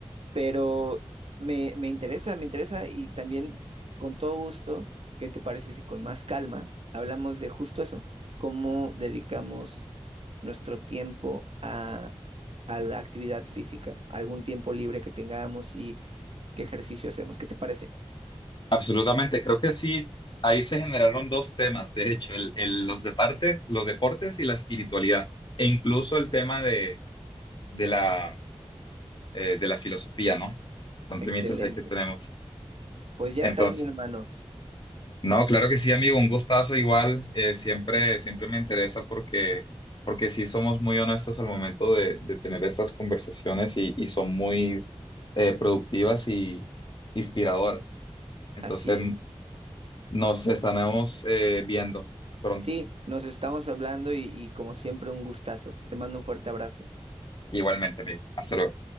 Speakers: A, on the right; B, on the left.
A: Pero me, me interesa, me interesa y también con todo gusto, ¿qué te parece si con más calma hablamos de justo eso? ¿Cómo dedicamos nuestro tiempo a, a la actividad física? ¿Algún tiempo libre que tengamos y qué ejercicio hacemos? ¿Qué te parece?
B: Absolutamente, creo que sí, ahí se generaron dos temas, de hecho, el, el- los, deportes, los deportes y la espiritualidad, e incluso el tema de, de la eh, de la filosofía, ¿no? Son
A: Excelente.
B: temitas ahí que tenemos.
A: Pues ya
B: Entonces,
A: estás, mi hermano.
B: no, claro que sí, amigo, un gustazo igual. eh, siempre, siempre me interesa porque, porque sí somos muy honestos al momento de, de tener estas conversaciones y, y son muy eh, productivas y inspiradoras. Entonces,
A: Así es.
B: nos estaremos eh, viendo pronto.
A: Sí, nos estamos hablando y, y como siempre un gustazo. Te mando un fuerte abrazo.
B: Igualmente, amigo. Hasta luego.